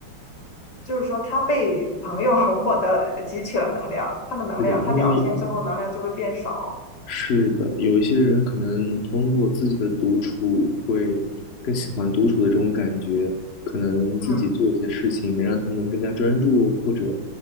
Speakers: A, on the left; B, on the left.
A: 就是说他被朋友 <laughs> 获得了汲取了能量，他的能量，
B: 是的，
A: 他聊天之后能量就会变少。
B: 因为是的，有一些人可能通过自己的独处会更喜欢独处的这种感觉，可能自己做一些事情能让他们更加专注，
A: 嗯，
B: 或者